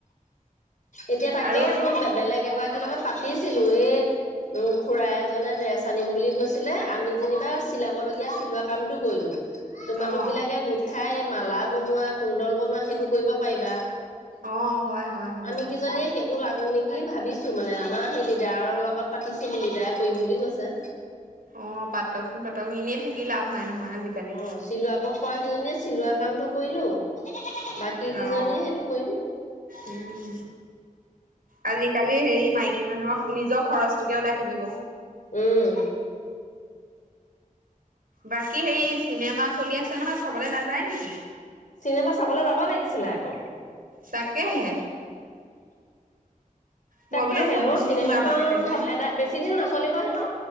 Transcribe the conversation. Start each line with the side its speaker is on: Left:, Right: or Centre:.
Left: এতিয়া তাকে
Right: আৰু
Left: মই বেলেগ কে, গৰাকীৰ লগত পাতিছিলো এই উম খুৰা এজনে ড্ৰেছ আনিম বুলি কৈছিলে আমি যেনিবা চিলাব লগীয়া চিলোৱা কামটো কৰিলো। তোমালোক
Right: অ
Left: বিলাকে গোট খাই মালা বনোৱা, কুণ্ডল বনোৱা সেইটো কৰিব পাৰিবা।
Right: অ হয় হয় হয়
Left: আমি কিজনে
Right: অ
Left: টো লাগোঁ নেকি ভাবিছো মানে আমাৰ সেই লিডাৰৰ লগত পাতিছিল লিডাৰে কৰিম বুলি কৈছে।
Right: অ পাতকচোন পাতক এনেই থাকি লাভ নাই নহয়। আজিকালি,
Left: অ চিলোৱাব পৰা কেইজনীয়ে চিলোৱা কামটো কৰিলো বাকী কেইজনীয়ে
Right: আহ,
Left: সেইটো কৰিম।
Right: উম আজিকালি হেৰি মাইকী মানুহক নিজৰ খৰচটোকে ওলাই থাকিব।
Left: উম
Right: বাকী হেৰি চিনেমা চলি আছে নহয় চাবলে নাযায় নেকি
Left: চিনেমা চাবলে যাব লাগিছিলে আক
Right: তাকেহে মই
Left: তাকেহে
Right: বোলো সুধোচোন
Left: অ চিনেমাখন
Right: যাব নে নেযায়
Left: চব এদাই বেছি দিন নচলিব হেনো।